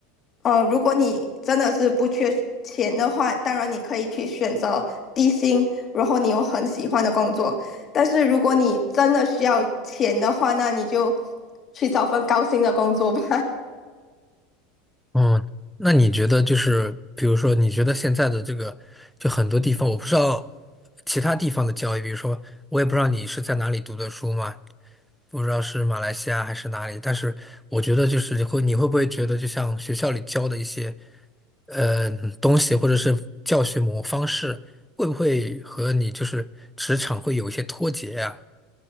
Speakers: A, on the left (about 30°); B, in the centre.
A: 呃，如果你真的是不缺钱的话，当然你可以去选择低薪，然后你有很喜欢的工作。但是如果你真的需要钱的话，那你就去找份高薪的工作吧。
B: 嗯，那你觉得就是，比如说，你觉得现在的这个，就很多地方，我不知道其他地方的教育，比如说，我也不知道你是在哪里读的书嘛，不知道是马来西亚还是哪里，但是我觉得就是你会你会不会觉得，就像学校里教的一些呃东西，或者是教学模方式，会不会和你就是职场会有一些脱节呀？